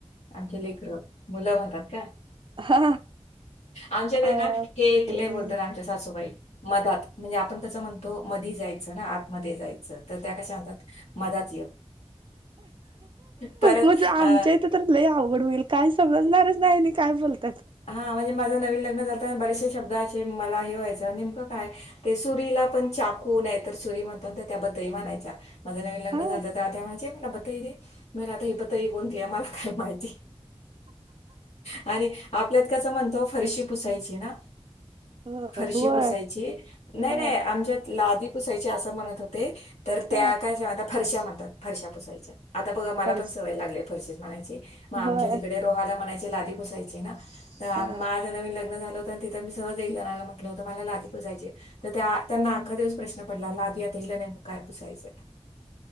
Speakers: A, on the left (about 85°); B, on the right (about 50°).
A: आमख लेकर मुलं म्हणतात का,
B: हा
A: आमच्यात
B: अ
A: आहे ना हे
B: मुली
A: एकले बोलतात आमच्या सासूबाई. मधात म्हणजे आपण कसं म्हणतो मधी जायचं ना आतमध्येध्ये जायचं. त्या कात म <unintelligible> परत
B: म ज आमच्या
A: अ,
B: इ ते तरर ल आऊ. होईल काय समजणारच नाही काय बोलत.
A: हा म्हणजे माझं नवीन लग्न झाता बरेच. शब्द असे मला हे व्हायच नेमकं काय ते सुरीला पण चाकूून तर सुरी म्हणतो त्याबदरी म्हणायच्या. माझ नवीन लग्न
B: हा
A: झालं तर आ म्ह म. <unintelligible> मी आता इ बतई कोणती आ मला काय माहिती अरे आपल्यात कसं म्हणतो फरशी पुसायचं ना
B: हो
A: फरशी
B: होय
A: पुसायची नाही
B: हा
A: नाही आमच्यात लादी पय हो त्याय
B: हा
A: फरशा म्हणतात फरशा पुसायच्यात आता बघा मला
B: हर्ष
A: पण सवय लागलीय फरसे मलायचे मग आमच्या
B: होय
A: तिकडे रोहाला लादी बसायचे तर
B: हा
A: माझ नवीन लग्न झालं तिथं मी सहजला म्हटलं होतं मला लादी पुसाय तर त्यांना आखा दिवस प्रश्न पडला लादी आता हि नेकं काय पुसायचं